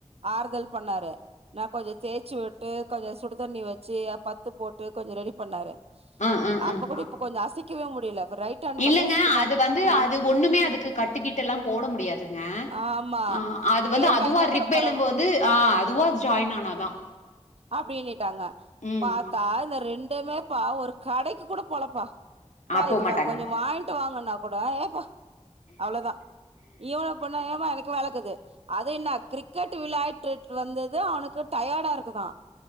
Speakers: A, on the right; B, on the left.
A: ஆறுதல் பண்ணாரு நா கொஞ்சோ தேய்ச்சி விட் விட்டு கொஞ்சோ சுடு தண்ணி வச்சி பத்து போட்டு கொஞ்சோ ரெடி பண்ணாரு
B: ஆ ஆ
A: அப்ப
B: ஆ
A: கூட இப்ப கொஞ்சோ அசைக்கவே முடில இப்ப ரைட் ஹேண்ட்
B: இல்லங்க
A: மட்டும் சுத்தமா
B: அது வந்து
A: ஆ
B: அது ஒண்ணுமே அதுக்கு கட்டுக்கிட்டு லா போட முடியாதுங்க
A: ஆமா
B: ஆ அது வந்து
A: பிரேக்
B: அதுவா
A: ஆயிருந்தா
B: ரிப்
A: கூட பரவா
B: எலும்பு வந்து ஆ அதுவா ஜாயின் ஆனாதா
A: அப்பிடினுட்டாங்க
B: ம்
A: பாத்தா இந்த ரெண்டுமேப்பா ஒரு கடைக்கு கூட போலப்பா இப்பா
B: பாருங்கப்பா
A: இதுக்கா கொஞ்ச வாங்கிட்டு வாங்குன்னா கூட ஏ போ அவ்ளோதா இவன கொண்ணா ஏமா எனக்கு வேலக்குது அது என்ன கிரிக் கிரிக்கெட் விளையாற்றுட்டு வந்தது அவனுக்கு டயர்டா இருக்குதா